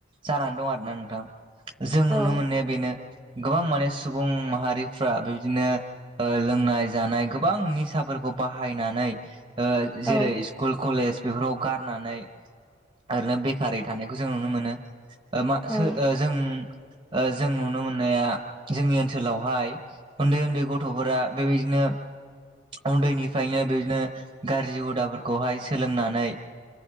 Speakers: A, on the right; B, in the centre.
A: जानानै दं आरोना नोंथां। जों नुनो
B: औ
A: मोननाया बेनो गोबां माने सुबुं माहारिफ्रा बेबादिनो ओ लोंनाय जानाय गोबां निसाफोरखौ बाहायनानै ओ जेरै
B: औ
A: स्कुल कलेज बेफोराव गारनानै ओरैनो बे खारै थानायखौ जों नुनो मोनो ओ मा
B: औ
A: सोर ओ जों ओ जों नुनो मोननाया जोंनि ओनसोलावहाय उन्दै उन्दै गथ'फोरा बेबायदिनो उन्दैनिफ्रायनो बे ओ गाज्रि हुदाफोर खौहाय सोलोंनानै